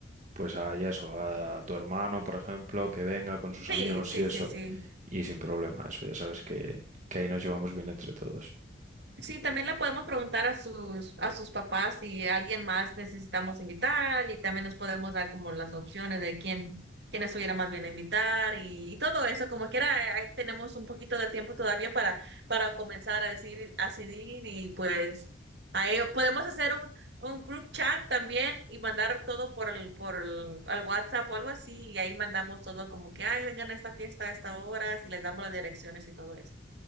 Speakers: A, on the right; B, on the right.
A: pues a y eso, a tu hermano, por ejemplo, que venga con sus
B: Sí,
A: amigos
B: sí,
A: y eso,
B: sí, sí.
A: y sin problema, eso ya sabes que, que ahí nos llevamos bien entre todos.
B: Sí, también le podemos preguntar a sus, a sus papás si alguien más necesitamos invitar y también nos podemos dar como las opciones de quién, quién estuviera más bien a invitar y, y todo eso, como quiera, eh, ahí tenemos un poquito de tiempo todavía para, para comenzar a decir, a decidir y pues ahí podemos hacer un, un group chat también y mandar todo por el, por el, al WhatsApp o algo así y ahí mandamos todo como que, ay, vengan a esta fiesta a esta hora, y les damos las direcciones y todo eso.